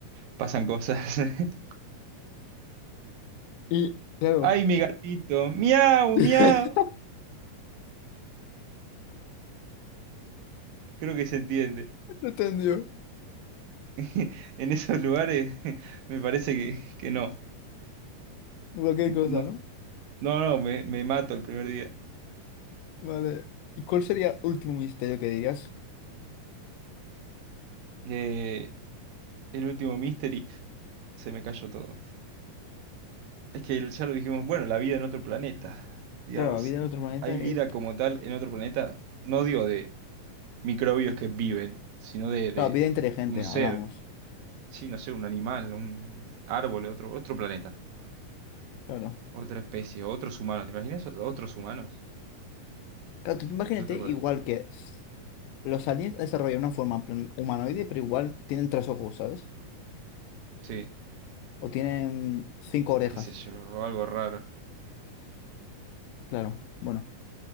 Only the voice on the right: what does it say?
Pasan cosas. <laughs>
¡Ay, mi gatito! ¡Miau,
miau! Creo que se entiende.
<laughs> En esos lugares <laughs> me parece que, que no.
No,
no, no, me, me mato el primer día.
Eh, el último Mystery, se me cayó todo. Es que el- ya lo dijimos, bueno, la vida en otro planeta. Digamos,
hay
vida como tal en otro planeta. No digo de microbios que viven, sino de, de-
de
un
ser. Sí, no sé, un animal, un árbol, otro, otro planeta.
Otra especie, otros humanos, ¿te imaginas? Otros humanos.
En otro
planeta.
Sí,
qué sé yo, algo raro.